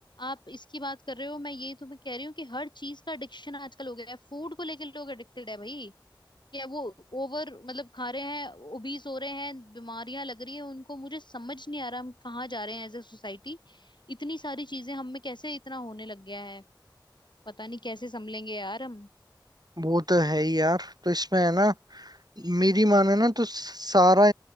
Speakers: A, on the left; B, on the right.
A: आप इसकी बात कर रहे हो मैं ये तुम्हें कह रही हूँ कि हर चीज का एडिक्शन आजकल हो गया है फूड को लेकर लोग एडिक्टेड है भाई या वो ओवर मतलब खा रहे हैं ओबीज हो रहे हैं बीमारियां लग रही हैं उनको मुझे समझ नहीं आ रहा हम कहाँ जा रहे हैं एज ए सोसाइटी इतनी सारी चीजें हम में कैसे इतना होने लग गया है पता नहीं कैसे संभलेंगे यार हम
B: वो तो है ही यार तो इसमें है ना मेरी माने ना तो सारा